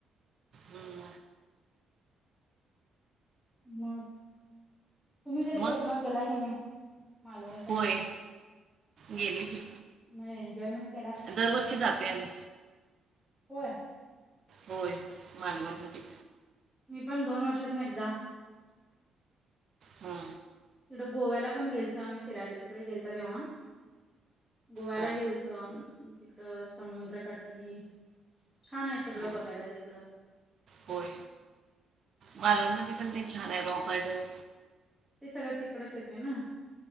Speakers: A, on the right; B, in the centre.
A: हम्म.
B: मग, तुम्ही कधी कोकणात
A: मग
B: गेलाय की नाही? मालवण साईड
A: होय
B: ला?
A: गेली की
B: म एन्जॉयमेंट गेलं अशिला?
A: दरवर्षी जाते आम्ही
B: होय.
A: होय मालवणमध्ये.
B: मी पण दोन वर्षातन एकदा.
A: हा.
B: तिकडं गोव्याला पण गेलतो आम्ही फिरायला तिकडे गेलत तेव्हा, गोव्याला
A: हा.
B: गेल त, तिकडं समुद्रकाटी छान आहे सगळं
A: हम्म.
B: बघायला तिकडं.
A: होय, मालवणमध्ये पण ते छान आहे रॉक गार्डन.
B: ते सगळं तिकडच येतय ना,